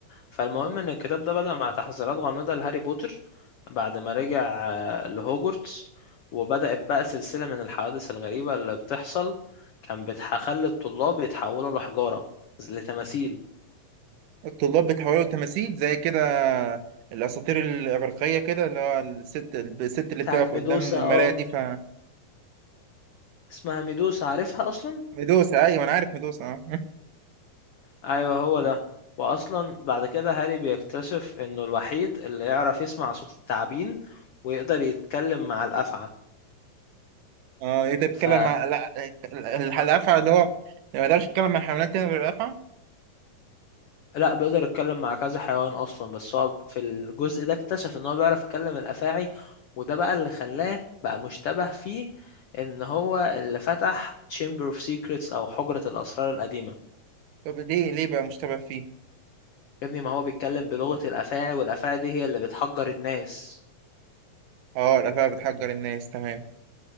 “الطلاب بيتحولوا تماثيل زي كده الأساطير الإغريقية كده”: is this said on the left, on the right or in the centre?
Right